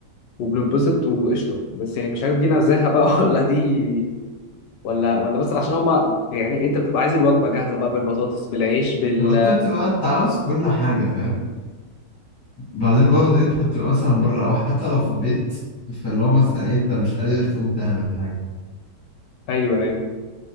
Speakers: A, on the left; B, on the left.
A: وبنتبسط وقشطه بس يعني مش عارف دي نزاهه بقى <laughs> ولا دي ولا ولا بس عشان هما يعني انت بتبقى عايز الوجبه جاهزه بقى بالبطاطس بالعيش بال
B: انت بتبقى انت عاوز كل حاجه فاهم بعدين برضه انت بتبقى مثلا بره او حتى لو في البيت فاللي هو مثلا إيه، انت مش قادر تقوم تعمل حاجه
A: ايوه ايوه